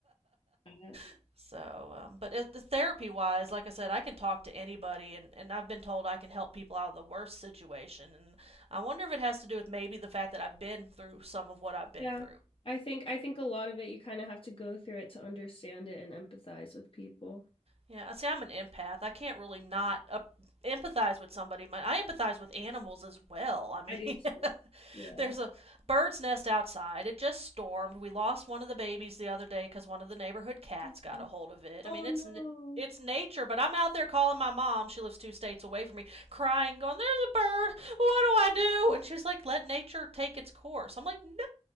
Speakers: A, on the left; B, on the right.
A: yeah.
B: <laughs> so, um, but it, the therapy wise, like I said, I can talk to anybody, and and I've been told I can help people out of the worst situation. And I wonder if it has to do with maybe the fact that I've been through some of what I've been
A: Yeah.
B: through.
A: I think I think a lot of it you kind of have to go through it to understand it and empathize with people.
B: Yeah, I see. I'm an empath. I can't really not uh, empathize with somebody. My, I empathize with animals as well. I mean,
A: I do too.
B: <laughs>
A: Yeah.
B: there's a bird's nest outside. It just stormed. We lost one of the babies the other day because one of the neighborhood cats
A: Mhm.
B: got a hold of it.
A: Oh
B: I mean, it's
A: no.
B: it's nature, but I'm out there calling my mom. She lives two states away from me, crying, going, "There's a bird. What do I do?" And she's like, "Let nature take its course." I'm like, "No, <laughs>